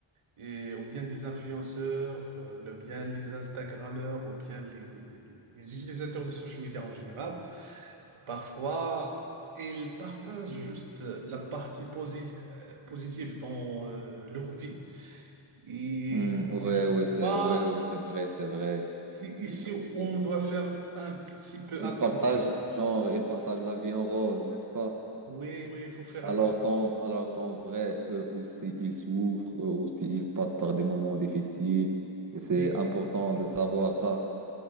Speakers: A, on the right; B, on the right.
A: et, ou bien des influenceurs, euh, ou bien les Instagrammeurs, ou bien les, les, les- les utilisateurs de social media en général, parfois, ils partagent juste euh, la partie posi- euh, positive dans euh, leur vie. Et
B: Hmm, ouais, ouais, c'est
A: moi,
B: ouais, ouais, c'est vrai, c'est vrai.
A: c'est ici
B: Ils,
A: où
B: ils-
A: on doit faire un petit peu
B: ils
A: attention.
B: partagent, genre, ils partagent la vie en rose, n'est-ce pas?
A: Oui, oui, il faut faire
B: Alors
A: attention.
B: qu'en, alors qu'en vrai, eux aussi, ils souffrent, eux aussi, ils passent par des moments difficiles. Et c'est
A: Oui,
B: important de savoir ça.